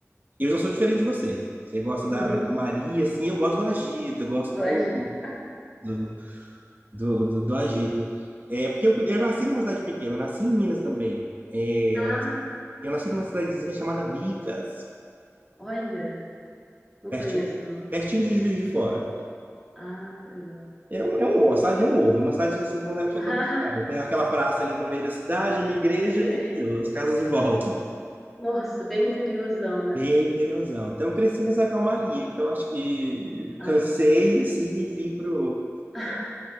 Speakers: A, on the right; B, in the centre.
A: eu já sou diferente de você. Você gosta
B: <laughs>
A: da, da calmaria, assim, eu gosto do agito, eu gosto
B: Do
A: do,
B: Egito.
A: do, do, do- do agito. É, porque eu, eu nasci numa cidade pequena, eu nasci em Minas também. É,
B: Ah,
A: eu nasci, eu nasci numa cidadezinha chamada Bicas,
B: olha, não
A: pertinho
B: conheço,
A: de,
B: não.
A: pertinho de Juiz de Fora.
B: Ah, que legal.
A: É um, é um ovo, a cidade é um ovo, uma cidade que assim não tem absolutamente
B: <laughs> Ah,
A: nada. Tem aquela praça ali no meio da cidade, uma igreja
B: sei.
A: e aquilo, as casas em volta.
B: Nossa, bem interiorzona.
A: Bem interiorzão. Então eu cresci nessa calmaria. Então acho que
B: Aham,
A: cansei assim e vim pro,
B: <laughs>